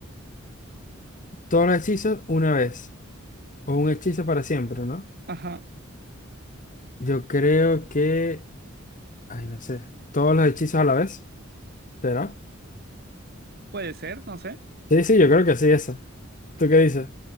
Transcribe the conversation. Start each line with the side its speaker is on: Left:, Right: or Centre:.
Left: Todos los hechizos una vez, o un hechizo para siempre, ¿no?
Right: Ajá,
Left: Yo creo que, ay, no sé, todos los hechizos a la vez, ¿será?
Right: puede ser, no sé.
Left: Sí, sí, yo creo que sí, esa. ¿Tú qué dices?